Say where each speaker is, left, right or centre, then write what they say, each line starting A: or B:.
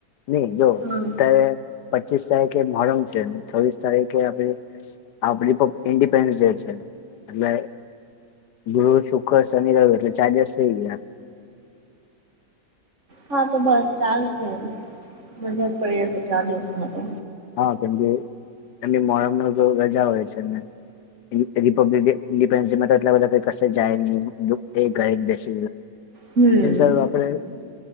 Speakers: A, on the left; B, on the right.
A: નઈ જો
B: હા
A: અત્યારે પચીસ તારીખે મોમ છે છવ્વીસ તારીખે આપ ર ઇન્ડિપેન્ડન્સ ડે છે એટલે ગૃહ શુક્ર શનિ રવ એટલે ચાર દસ થઈ ગયા
B: હા તો બસ ચાલ છે મજા જ પડી્યા છે ચાર દિવસોમાં તો
A: હા કેમ કે એની મોરમ ન જો રજા હોય છે ને રિપબ્લિક ડે ન્ડિપેન્ડન્સ ડે બધ કસ જાય ગ એક બેેશ
B: હમ
A: એ સ આપણે